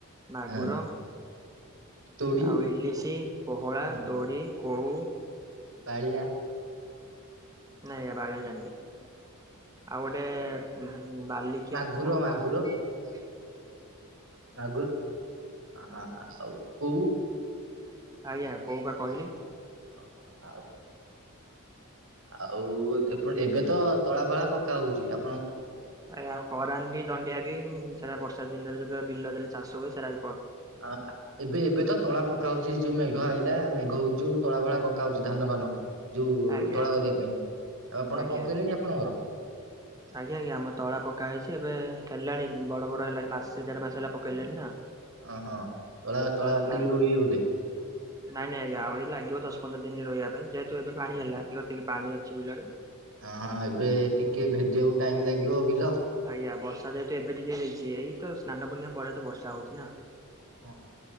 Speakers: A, on the right; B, on the right.
A: ମାଗୁର।
B: ହଁ ତୋଡି
A: ଆଉ ଇଲିଶି ପୋହଳା
B: ହଁ
A: ତୋଡି କଉ।
B: ବାଳିଆ।
A: ନାଇଁ ବାଳିଆ ଜାଣନି। ଆଉ ଗୋଟେ ବାଲିଖିଆ
B: ମାଗୁର
A: ନା କଣ
B: ମାଗୁର
A: କୁହ।
B: ମାଗୁର ଆ-ଆ-ଆ-ଆଉ କଉ।
A: ଆଜ୍ଞା କୋଉ ବା କହିଲି।
B: ଓ-ଓ-ଆଉ। ଆଉ ଏବେ ତ ତଳା ଭଳା ପକ୍କା ହଉଛି। ଆ
A: ଏଉ କରାଣ୍ଡି ଜଣ୍ଡିଆ ବି ସେଟା ବର୍ଷା ଦିନରେ ଯେତେବେଳେ ବିଲ ଚାଷ ହୁଏ। ସେରା
B: ଆ-ଆ-ଅ ଏବେ ଏବେ ତ ତଳା ପକ ପକା ହଉଛି ଯୋଉ ମେଘ ଆଇଲା ମେଘ ହଉଛିଉ। ତଳା ଭଳା ପକା ହଉଛି ଧାନ ଫାନ। ଯୋଉ
A: ଆଜ୍ଞା
B: ତୋଳା କରିବା ପାଇଁ। ଆଉ ଆପଣ
A: ଆଜ୍ଞା
B: ପକେଇଲେଣି ଆପଣଙ୍କର।
A: ଆଜ୍ଞା ଆଜ୍ଞା ଆମ ତଳା ପକା ହେଇଛି ଏବେ ହେଲାଣି। ବଡ ବଡ ହେଲାଣି। ମାସେ ଦେଢ ମାସ ହେଲା ପକେଇଲେଣି ନା।
B: ଅ ହଁ ତଳା ତଳ
A: ତ ହେଲାଣି
B: ପଡିିରୁ ରୁହି ବୋଧେ।
A: ନାଇଁ ନାଇଁ ଆହୁରି ଲାଗିବ ଦଶ ପନ୍ଦର ଦିନ ରହିବା ପାଇଁ। ଯେହେତୁ ଏବେ ପାଣି ହେଲା ଟିକ ଟିକେ ପାଣି ଅଛି ବିଲରେ।
B: ହଁଁ ଏବେ ଟିକେ ଭେଜିବାକୁ ଟାଇମ୍ ଲାଗିବ ବିଲ।
A: ଆଜା ବର୍ଷା ଯହେତୁ ଏବେ ଟିକେ ହେଇଛି। ଏଇ ସ୍ନାନ ପୁର୍ଣି ପରେ ତ ବର୍ଷା ହଉଛି ନା।
B: ହଁ